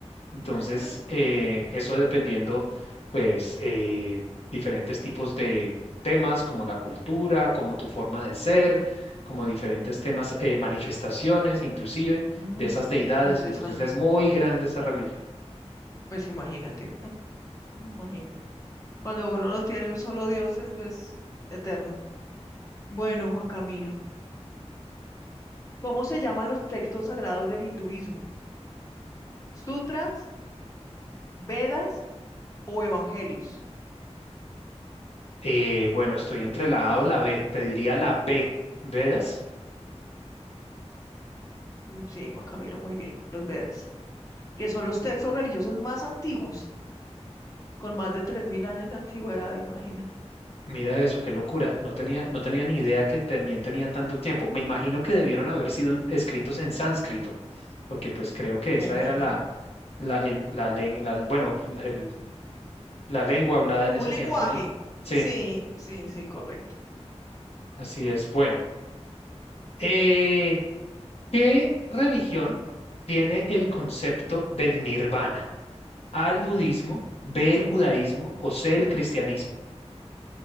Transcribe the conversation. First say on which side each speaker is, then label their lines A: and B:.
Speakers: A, on the left (about 60°); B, on the left (about 30°).
A: Entonces,
B: Mm,
A: eh, eso dependiendo, pues, eh, diferentes tipos de temas como la cultura, como tu forma de ser, como diferentes temas, eh, manifestaciones inclusive
B: Ujú,
A: de esas deidades.
B: Interesante.
A: Entonces, es muy grande esa religión.
B: Pues imagínate, <laughs> mm, imagínate. Cuando uno no tiene un solo Dios, eso es pues, eterno. Bueno, Juan Camilo, ¿cómo se llaman los textos sagrados del hinduismo? ¿Sutras, Vedas o evangelios?
A: Eh, bueno, estoy entre la A o la B, te diría la B, ¿Vedas?
B: Mm, Sí, Juan Camilo, muy bien, los Vedas, que son los textos religiosos más antiguos, con más de 3.000 años de antigüedad, Imagina,
A: Mira eso, qué locura. No tenía, no tenía ni idea
B: Sí,
A: que también tenían tanto tiempo. Me imagino que debieron haber sido en- escritos en sánscrito, porque pues creo que esa
B: me imagino.
A: era la, la, el- la, len- la- bueno, la- el- la lengua hablada
B: Como
A: en ese
B: un lenguaje.
A: tiempo, ¿no? Sí,
B: Sí, sí, sí, correcto.
A: así es. Bueno, eh, ¿qué religión tiene el concepto del nirvana? ¿A el budismo, B el judaísmo o C el cristianismo?